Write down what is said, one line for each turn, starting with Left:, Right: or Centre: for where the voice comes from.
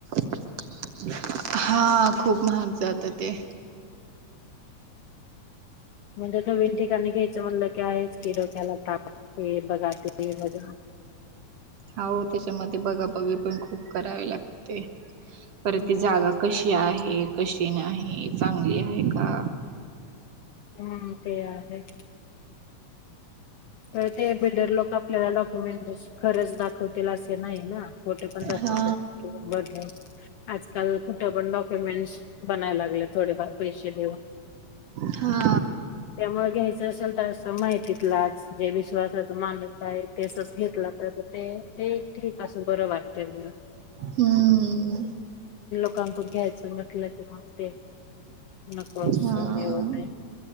Right: <inaudible> हा खूप महाग जातात ते <inaudible>
Left: म्हणजे नवीन ठिकाणी घ्यायचं म्हणलं क आहे किडोक्याला ताकते बघात वज <inaudible>
Right: अहो त्याच्यामध्ये बघा बवी पण खूप करावी लागते. पर
Left: हम्म
Right: त जागा कशी आहेत <inaudible> कशी नाही चांगली आहे का.
Left: हम्म ते आहे. परत ते बिल्डर लोक आपल्याला डॉक्युमेंट दिस खरच दाखवतील असे नाही ना. खोटे पण दाखवु
Right: हा.
Left: शात किंवा बदलवू. आजकाल कुठे पण डॉक्युमेंट्स बनाय लागले थोडेफार. पैसे देऊ
Right: हा
Left: त्यामुळे घ्यायच असेल तर. माहितीतलाच. जे विश्वासाच मानुस आहे. तसंच घेतला तर ते ठीक आहे. असं बरं वाटतंय जरा.
Right: हम्म.
Left: आपण पण घ्यायचं म्हटलं. मग ते नको अस
Right: हा.
Left: होतेय.